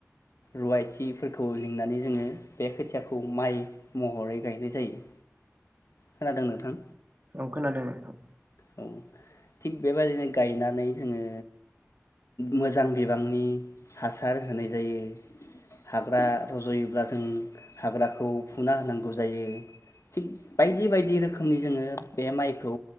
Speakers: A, on the left; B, on the right.
A: रुवाथिफोरखौ लिंनानै जोङो बे खोथियाखौ माइ महरै गायनाय जायो खोनादों नोंथां
B: औ खोनादों नोंथां
A: औ थिग बेबायदिनो गायनानै जोङो मोजां बिबांनि हासार होनाय जायो हाग्रा रजयोब्ला जों हाग्राखौ फुना होनांगौ जायो थिग बायदि बायदि रोखोमनि जोङो बे माइखौ